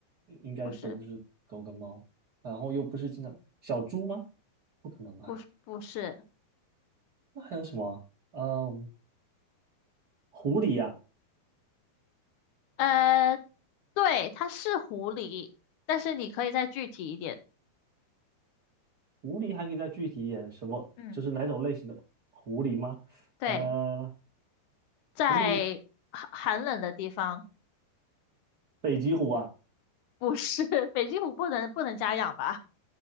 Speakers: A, on the right (about 75°); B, on the left (about 80°).
A: 应该都不是狗跟猫，
B: 不是，
A: 然后又不是经常小猪吗？不可能吧？
B: 不是，不是。
A: 那还有什么啊？嗯，狐狸呀、
B: 呃，对，它是狐狸，但是你可以再具体一点。
A: 狐狸还可以再具体一点，什么就是哪种类型的狐狸吗？
B: 嗯。对，
A: 呃，
B: 在寒寒冷的地方，
A: 狐狸，北极狐啊。
B: 不是 <laughs> 北极狐不能不能家养吧？